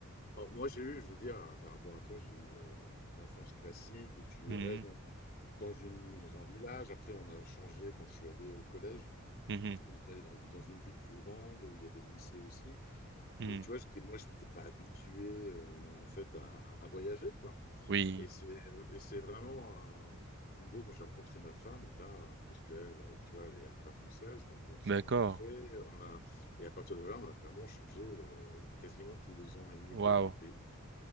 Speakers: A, on the left; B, on the right.
A: en- moi j'ai eu, je veux dire, par rapport à toi, j'ai eu euh, l'enfance classique où tu
B: Mhm.
A: restes dans, dans une, dans un village. Après, on a changé quand je suis allé au collège.
B: Mhm.
A: On est allé dans, dans une ville plus grande où il y avait le lycée aussi.
B: Mhm.
A: Et tu vois, j'étais- moi, je n'étais pas habitué euh, en fait à, à voyager, quoi.
B: Oui.
A: Et c'est et c'est vraiment un- En gros, quand j'ai rencontré ma femme, là, parce qu'elle, tu vois, elle n'est pas française, donc on s'est
B: D'accord.
A: rencontrés, on a, et à partir de là, on a vraiment changé euh, quasiment tous les ans et demi
B: Waouh.
A: de, de pays.